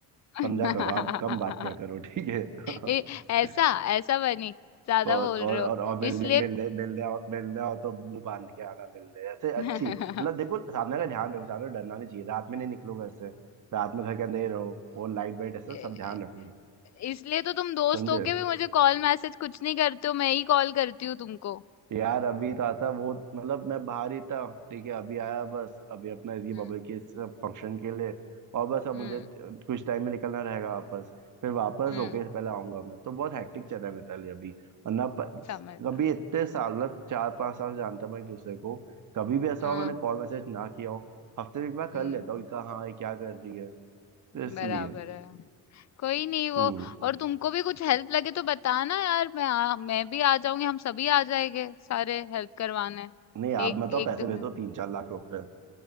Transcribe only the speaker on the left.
<laughs>
ए, ऐसा
ऐसा बनी ज्यादा
बोल
रहे हो
इसलिए
<laughs>
ए,
इसलिए तो तुम दोस्त
होके भी मुझे कॉल मैसेज कुछ नहीं करते हो मैं ही कॉल करती हूँ तुमको
हम्म
हम्म
हम्म
समझ रहा
हूँ
हाँ
हम्म
बराबर है कोई नहीं वो
और तुमको भी कुछ हेल्प लगे तो बताना यार मैं आ, मैं भी आ जाऊंगी हम सभी आ जाएंगे सारे हेल्प करवाने
एक
एक
दो
मिनट